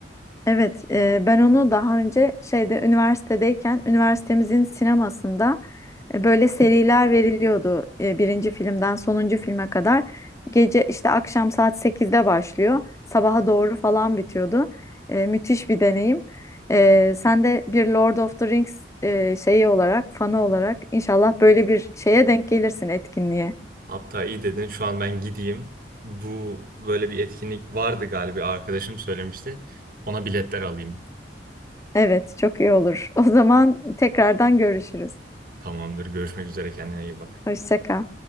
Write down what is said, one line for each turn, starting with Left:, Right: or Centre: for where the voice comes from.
Left: Evet, e, ben onu daha önce şeyde üniversitedeyken üniversitemizin sinemasında e, böyle seriler veriliyordu. E, birinci filmden sonuncu filme kadar. Gece işte akşam saat sekizde başlıyor. Sabaha doğru falan bitiyordu. E, müthiş bir deneyim. E, sen de bir Lord of the Rings e, şeyi olarak, fanı olarak inşallah böyle bir şeye denk gelirsin etkinliğe.
Right: Hatta iyi dedin şu an ben gideyim. Bu böyle bir etkinlik vardı galiba arkadaşım söylemişti. Ona biletler alayım.
Left: Evet, çok iyi olur. <laughs> O zaman tekrardan görüşürüz.
Right: Tamamdır görüşmek üzere kendine iyi bak.
Left: Hoşça kal.